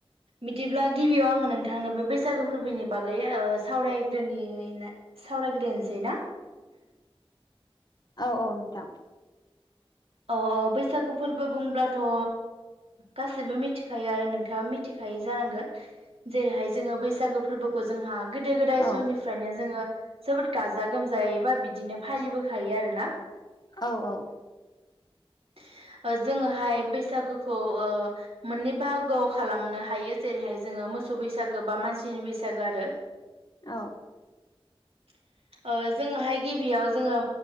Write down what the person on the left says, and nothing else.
औ औ नोंथां
औ
औ औ
औ